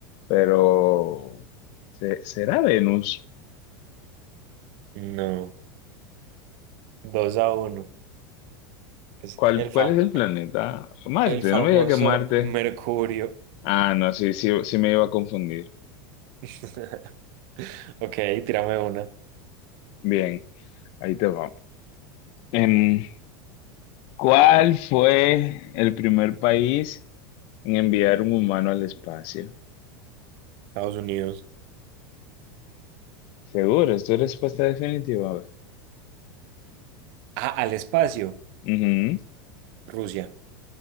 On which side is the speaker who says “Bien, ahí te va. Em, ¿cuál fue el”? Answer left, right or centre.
Left